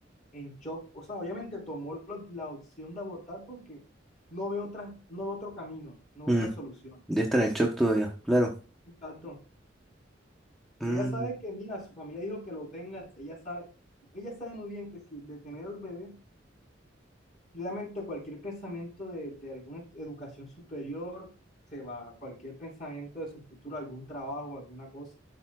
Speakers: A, on the left (about 45°); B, in the centre.
A: en shock. O sea, obviamente tomó lo- la opción de abortar porque no ve otra, no ve otro camino, no
B: Mm,
A: ve otra solución.
B: de estar en shock todavía, claro.
A: Exacto.
B: Mm,
A: Ella sabe que, mira, su familia dijo que lo tenga, ella sabe, ella sabe muy bien que si de tener al bebé Realmente cualquier pensamiento de, de alguna ed- educación superior se va, cualquier pensamiento de su futuro, algún trabajo, alguna cosa,